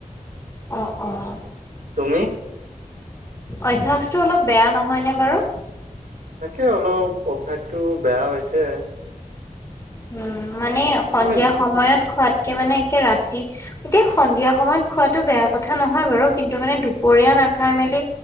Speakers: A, on the left (about 20°); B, on the right (about 80°).
A: অ' অ।
B: তুমি‌?
A: অভ্যাসটো অলপ বেয়া নহয়নে বাৰু
B: তাকে অলপ অভ্যাসটো বেয়া হৈছে।
A: উম মানে সন্ধিয়া
B: মানে
A: সময়ত খোৱাত একে মানে একে ৰাতি এতিয়া সন্ধিয়া সময়ত খোৱাটো বেয়া কথা নহয় বাৰু কিন্তু মানে দুপৰীয়া খাই মেলি